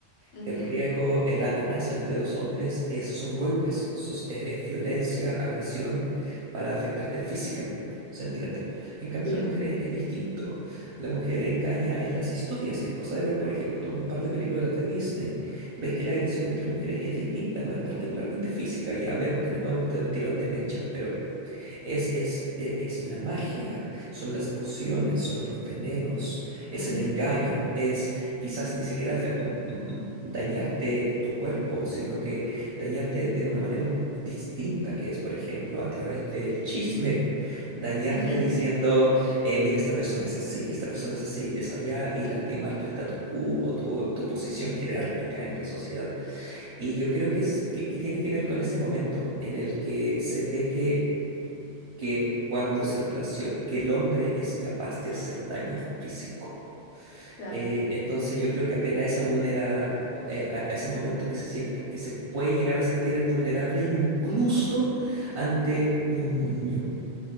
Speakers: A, on the left; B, on the right.
A: ujú,
B: El riesgo, eh, la amenaza entre dos hombres es, son golpes, sos- es, es violencia, agresión para afectarte físicamente, ¿se entiende? En cambio,
A: Sí.
B: las mujeres es distinto. La mujer engaña en las historias. Es cosa de ver, por ejemplo, algún par de películas de Disney. Ves que la agresión entre mujeres es distinta, no es particularmente física. Ya vemos, tenemos este tirón de mecha, pero es, es, e- es la magia, son las pociones, son los venenos, es
A: ujú,
B: el engaño, es quizás ni siquiera fe- m- m- m- dañarte tu cuerpo, sino que dañarte de una manera un- distinta, que es, por ejemplo, a través del chisme, dañarte
A: ujú, <laughs>
B: diciendo, eh, mira, esta persona es así, y esta persona es así, es allá, y lastimar tu status quo o tu, tu posición jerárquica en la sociedad. Y yo creo que, es, que, que tiene que ver con ese momento en el que se ve que que cuando se relaciona, que el hombre es capaz de hacer daño físico.
A: Claro.
B: Eh, entonces yo creo que apela a esa vulnera, eh, a, a ese momento que se siente, que se puede llegar a sentir vulnerable incluso ante un niño,